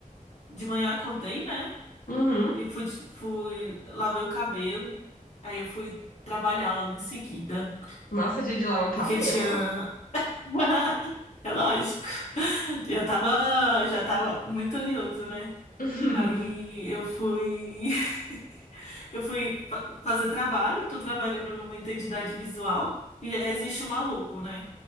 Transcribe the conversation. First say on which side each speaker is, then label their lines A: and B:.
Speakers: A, on the left; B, on the left.
A: De manhã acordei, né?
B: Uhum.
A: E fui, fui. Lavei o cabelo. Aí eu fui trabalhar logo em seguida.
B: Nossa, dia de lavar o cabelo.
A: Porque tinha. <laughs> É lógico. Já tava, já tava muito oleoso, né?
B: <laughs>
A: Aí eu fui. <laughs> Eu fui fa- fazer trabalho, tô trabalhando numa entidade visual e já existe uma logo, né?